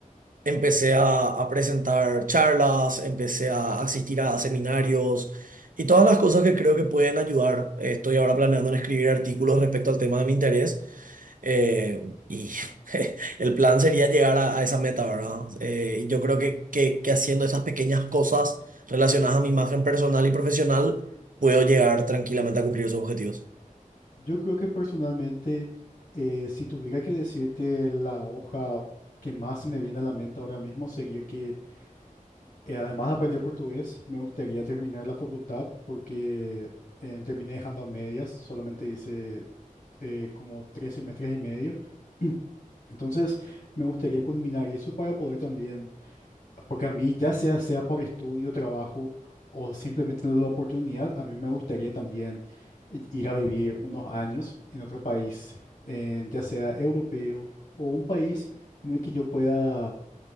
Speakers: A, on the right; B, on the left.
A: Empecé a, a presentar charlas, empecé a asistir a seminarios y todas las cosas que creo que pueden ayudar. Eh, Estoy ahora planeando en escribir artículos respecto al tema de mi interés eh, y <laughs> el plan sería llegar a, a esa meta, ¿verdad? Eh, y yo creo que, que, que haciendo esas pequeñas cosas relacionadas a mi imagen personal y profesional, puedo llegar tranquilamente a cumplir esos objetivos.
B: Yo creo que personalmente, eh, si tuviera que decirte la hoja que más se me viene a la mente ahora mismo, sería que eh, además de aprender portugués, me gustaría terminar la facultad porque eh, terminé dejando a medias, solamente hice eh, como tres semestres y medio. <clears throat> Entonces, me gustaría culminar eso para poder también porque a mí, ya sea, sea por estudio, trabajo o simplemente la oportunidad, a mí me gustaría también i- ir a vivir unos años en otro país, en- ya sea europeo o un país en el que yo pueda,